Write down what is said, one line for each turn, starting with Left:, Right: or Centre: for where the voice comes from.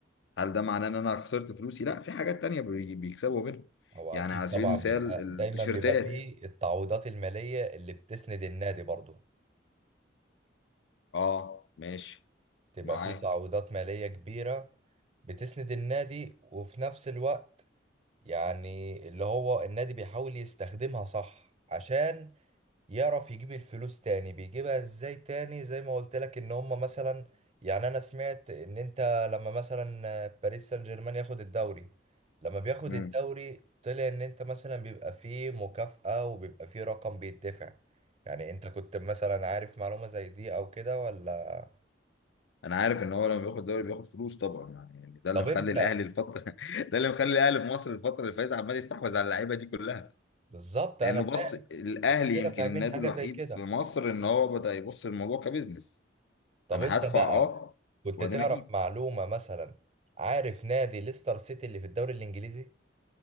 Left: هل ده معناه ان انا خسرت فلوسي لا في حاجات تانية بي- بيكسبوا منها
Right: هو
Left: يعني
Right: أكيد
Left: على سبيل
Right: طبعا
Left: المثال
Right: بيبقى
Left: التيشيرتات
Right: دايما بيبقى فيه التعويضات المالية اللي بتسند النادي برضو
Left: اه ماشي
Right: تبقى
Left: معاك
Right: فيه تعويضات مالية كبيرة بتسند النادي وفي نفس الوقت يعني اللي هو النادي بيحاول يستخدمها صح عشان يعرف يجيب الفلوس تاني بيجيبها ازاي تاني زي ما قلت لك ان هم مثلا يعني انا سمعت ان انت لما مثلا باريس سان جيرمان ياخد الدوري لما بياخد
Left: مم.
Right: الدوري طلع ان انت مثلا بيبقى فيه مكافأة وبيبقى فيه رقم بيدفع يعني انت كنت مثلا عارف معلومة زي دي او كده ولا
Left: انا عارف ان هو لما بياخد دوري بياخد فلوس طبعا يعني ده اللي
Right: طب
Left: مخلي
Right: انت
Left: الاهلي الفتره <laughs> ده اللي مخلي الاهلي في مصر الفتره اللي فاتت عمال يستحوذ على اللعيبه دي كلها
Right: بالظبط
Left: لانه
Right: انا
Left: بص
Right: فاهم
Left: الاهلي
Right: وكلنا
Left: يمكن
Right: فاهمين
Left: النادي
Right: حاجة
Left: الوحيد
Right: زي كده
Left: في مصر ان هو بدا يبص للموضوع كبزنس
Right: طب
Left: انا
Right: انت
Left: هدفع
Right: بقى
Left: اه
Right: كنت
Left: وبعدين
Right: تعرف
Left: اجيب
Right: معلومة مثلا عارف نادي ليستر سيتي اللي في الدوري الانجليزي